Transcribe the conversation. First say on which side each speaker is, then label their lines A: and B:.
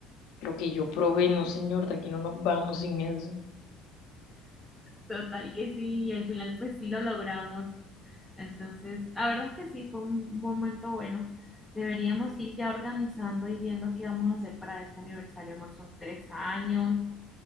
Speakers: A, on the left (about 70°); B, in the centre.
A: lo que yo probé? No, señor, de aquí no nos vamos sin eso.
B: Total que sí, y al final pues sí lo logramos. Entonces, la verdad es que sí, fue un momento bueno. Deberíamos ir ya organizando y viendo qué vamos a hacer para este aniversario, amor. Son tres años.